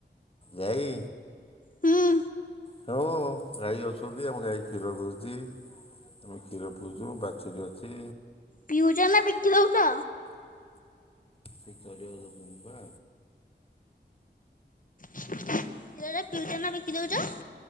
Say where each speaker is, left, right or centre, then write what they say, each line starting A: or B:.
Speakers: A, on the left; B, on the left.
A: ଯାଇ
B: ହୁଁ
A: ହଁ ଗାଈ ଅଛନ୍ତି। ଆମ ଗାଈ କ୍ଷୀର ଦଉଚି। ଆମେ କ୍ଷୀର ପିଉଚୁ ବାଛୁରୀ ଅଛି।
B: ପିଉଚ ନା ବିକି ଦଉଚ?
A: ପିକାରିଆ ଦୋଉଚନ୍ତି ପା।
B: କ୍ଷୀରରେ ପିଉଚନା ବିକି ଦଉଚ?